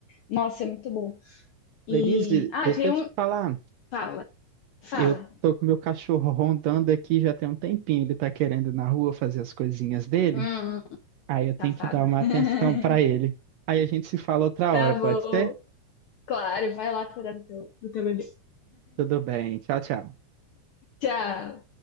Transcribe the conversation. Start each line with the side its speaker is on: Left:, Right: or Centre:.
Left: Nossa, é muito bom. E.
Right: Lenise,
Left: Ah,
Right: deixa
Left: tem
Right: eu
Left: um.
Right: te falar.
Left: Fala, fala.
Right: Eu tô com meu cachorro rondando aqui já tem um tempinho. Ele tá querendo ir na rua fazer as coisinhas dele.
Left: Hum,
Right: Aí eu tenho
Left: safado.
Right: que dar uma
Left: <laughs>
Right: atenção pra ele. Aí a gente se fala outra
Left: Tá
Right: hora, pode
Left: bom.
Right: ser?
Left: Claro, vai lá cuidar do teu, do teu bebê.
Right: Tudo bem. Tchau, tchau.
Left: Tchau.